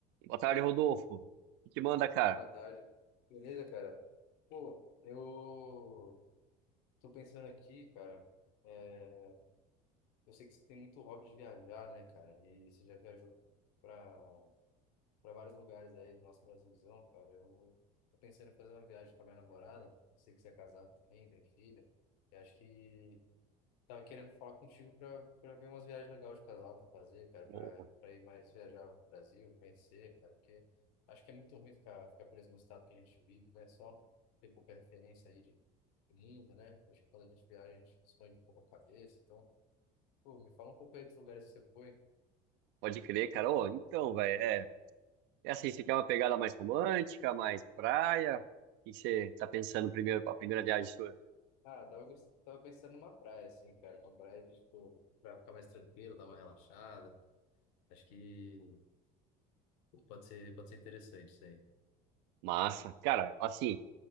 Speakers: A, on the right; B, on the left.
A: Boa tarde, Rodolfo. O que que manda, cara?
B: Boa tarde. Beleza, cara? Pô, eu tô pensando aqui, cara. é, eu sei que você tem muito hobby de viajar, né, cara? E você já viajou pra, pra vários lugares aí do nosso Brasilzão, cara. Eu tô pensando em fazer uma viagem com a minha namorada. Sei que você é casado também, tem filha. E acho que Tava querendo falar contigo pra, pra ver umas viagens legais de casal pra fazer, cara,
A: Ô,
B: pra, pra ir mais viajar ao Brasil, conhecer, cara, porque acho que é muito ruim ficar, ficar preso no estado que a gente vive, né? Só tem pouca referência aí de, de mundo, né? Acho que quando a gente viaja, a gente expande um pouco a cabeça. Então, pô, me fala um pouco aí dos lugares que você foi.
A: pode crer, cara. Ô, então, velho, é, é assim, você quer uma pegada mais romântica, mais praia? O que que você tá pensando primeiro para a primeira viagem sua?
B: Ah, tava, gost- tava pensando numa praia, assim, cara, uma praia de, tipo, pra ficar mais tranquilo, dar uma relaxada. Acho que pode ser, pode ser interessante isso aí.
A: Massa. Cara, assim,